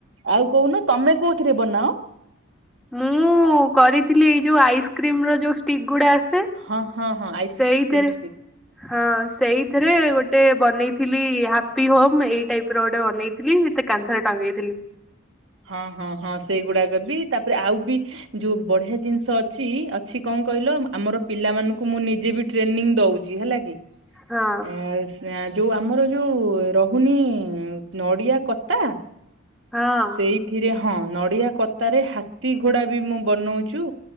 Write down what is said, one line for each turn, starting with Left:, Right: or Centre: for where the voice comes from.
Right: ଆଉ କହୁନ ତମେ କୋଉଥିରେ ବନାଅ?
Centre: ମୁଁ କରିଥିଲି ଏଇ ଯୋଉ ଆଇସ୍କ୍ରିମର ଯୋଉ ଷ୍ଟିକ୍ ଗୁଡା ଆସେ
Right: ହଁ ହଁ ହଁ ଆଇସ୍କ୍ରିମ୍
Centre: ସେଇଥିରେ
Right: <unintelligible>
Centre: ହଁ ସେଇଥିରେ ଗୋଟେ ବନେଇଥିଲି ହାପି ହୋମ୍ ଏଇ ଟାଇପର ଗୋଟେ ବନେଇ ଥିଲି ଏତେ କାନ୍ଥରେ ଟଙ୍ଗେଇଥିଲି।
Right: ହଁ ହଁ ହଁ ସେଇଗୁଡ଼ାକ ବି ତାପରେ ଆଉ ବି ଯୋଉ ବଢିଆ ଜିନିଷ ଅ ଛି, ଅଛି କଣ କହିଲ ଆମର ପିଲାମାନଙ୍କୁ ମୁଁ ନିଜେ ବି ଟ୍ରେନିଂ ଦଉଛି ହେଲା କି।
Centre: ହଁ
Right: <unintelligible> ଯୋଉ ଆମର ଯୋଉ ରହୁନି ନଡ଼ିଆ କତା?
Centre: ହଁ
Right: ସେଇଥିରେ ହଁ ନଡିଆ କତାରେ ହାତୀ ଘୋଡା ବି ମୁଁ ବନଉଚୁ।